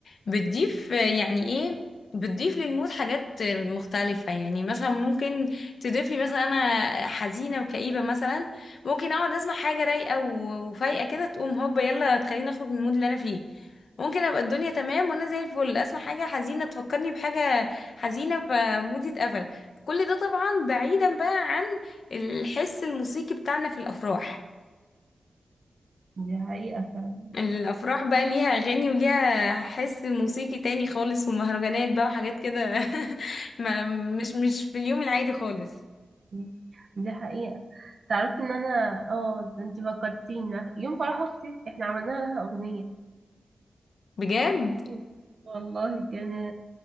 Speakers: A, on the left; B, on the right.
A: بتضيف آه، يعني ايه بتضيف للمود حاجات آه، مختلفة يعني مثلا ممكن تضيف لي مثلا انا حزينة وكئيبة مثلا ممكن اقعد اسمع حاجة رايقة و- وفايقة كده تقوم هوبا يلا تخليني اخرج من المود اللي انا فيه ممكن ابقى الدنيا تمام وانا زي الفل اسمع حاجة حزينة تفكرني بحاجة حزينة فمودي اتقفل كل ده طبعا بعيدا بقى عن الحس الموسيقي بتاعنا في الافراح
B: دي حقيقة فعلا
A: الافراح بقى ليها اغاني وليها حس موسيقي تاني خالص ومهرجانات بقى وحاجات كده <laughs> ما مش مش في اليوم العادي خالص
B: مم. دي حقيقة تعرفي ان انا اه ده انت فكرتينا يوم فرح اختي احنا عملنا لها اغنية
A: بجد
B: مم. والله كان